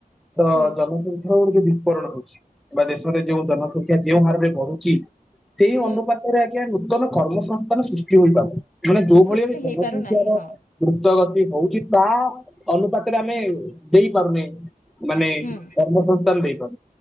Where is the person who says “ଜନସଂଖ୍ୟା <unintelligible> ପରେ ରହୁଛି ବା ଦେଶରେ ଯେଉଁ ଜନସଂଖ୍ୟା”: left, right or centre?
Centre